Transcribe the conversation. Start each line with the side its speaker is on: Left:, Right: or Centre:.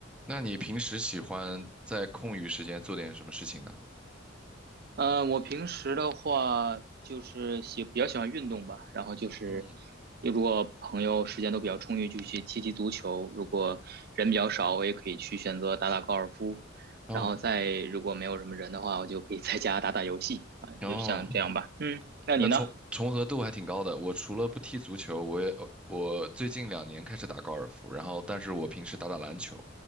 Centre: 那你平时喜欢在空余时间做点什么事情呢？
Right: 嗯，我平时的话就是喜比较喜欢运动吧，然后就是
Centre: 嗯，
Right: 如果朋友时间都比较充裕，就去踢踢足球；如果人比较少，我也可以去选择打打高尔夫。
Centre: 哦
Right: 然后再如果没有什么人的话，我就可以在家打打游戏啊，
Centre: 哦，
Right: 就像这样吧。嗯，那你呢？
Centre: 那重重合度还挺高的。我除了不踢足球，我也呃我最近两年开始打高尔夫，然后但是我平时打打篮球，